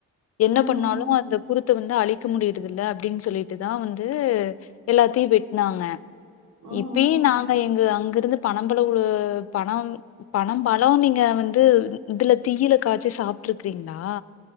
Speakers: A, on the left (about 55°); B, on the right (about 80°).
A: என்ன
B: உம்
A: பண்ணாலும
B: உம்
A: அந்த குருத்து வந்து அழி க்க முடியறத இல்ல அப்டின்னு சொல்லிட்டுதா வந்து எல்லாத்தயு வெட்னாங்க
B: உம்
A: இப்பெயு
B: உம்
A: நாங் ஆ எங்க அங்க இருந்து பன பழோ உ பனம் பன பழோ நீங்க வந்து இதுல தீயில காச்சி சாப்ட்டுருக்றீங்ளா